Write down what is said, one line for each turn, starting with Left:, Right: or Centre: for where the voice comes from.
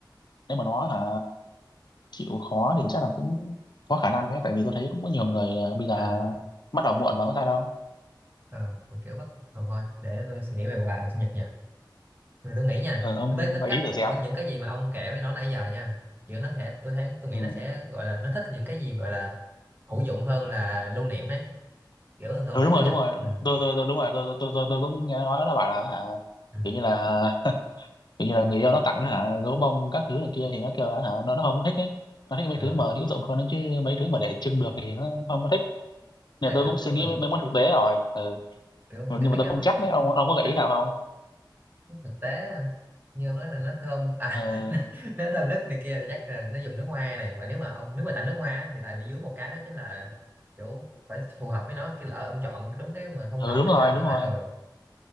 Left: nếu mà nó hả, chịu khó thì chắc là cũng có khả năng ấy tại vì tôi thấy cũng có nhiều người ờ, bây giờ
Right: à
Left: bắt đầu muộn mà có sao đâu
Right: Ờ, mà kiểu bắt ờ, thôi để tôi suy nghĩ về quà sinh nhật nha rồi tôi nghĩ nha
Left: ừ, ông
Right: với tính
Left: gợi
Right: cách
Left: ý thử
Right: cỡ-
Left: xem
Right: với những cái gì mà ông kể với nó nãy giờ nha kiểu nó sẽ tôi thấy tôi nghĩ
Left: ừ.
Right: nó sẽ gọi là nó thích những cái gì gọi là hữu dụng hơn là lưu niệm ấy kiểu thường thường
Left: ừ
Right: tới
Left: đúng
Right: sinh
Left: rồi
Right: nhật
Left: đúng rồi
Right: ừ.
Left: tôi tôi tôi đúng rồi tôi tôi tôi, tôi, tôi cũng nghe nói nó bảo là hả,
Right: Ừ.
Left: kiểu như là <laughs> kiểu như là người yêu nó tặng hả, gấu bông các thứ này kia thì nó kêu là hả, nó nó không thích ấy nó thích mấy
Right: Ờ.
Left: thứ mà hữu dụng hơn đấy chứ mấy thứ mà để trưng được thì nó không có thích nè
Right: Thế là
Left: tôi
Right: kiểu
Left: cũng
Right: nếu
Left: suy
Right: mà
Left: nghĩ mấy, mấy món thực tế rồi ừ.
Right: kiểu
Left: nhưng
Right: tôi nghĩ mấy
Left: mà tôi
Right: cái
Left: không
Right: món,
Left: chắc
Right: món-
Left: đấy ông ông có gợi
Right: mấy
Left: ý nào không
Right: thực tế như ông nói là nó thơm à
Left: ừ.
Right: <laughs> nó, nó thơm nước này kia chắc là nó dùng nước hoa này mà nếu mà ông nếu mà tặng nước hoa á, thì tại vì dưới một cái đó chính là kiểu phải phù hợp với nó cái lỡ ông chọn đúng cái mà không
Left: ừ
Right: hợp
Left: đúng
Right: hay
Left: rồi
Right: sao nữa
Left: đúng
Right: lại
Left: rồi
Right: ờ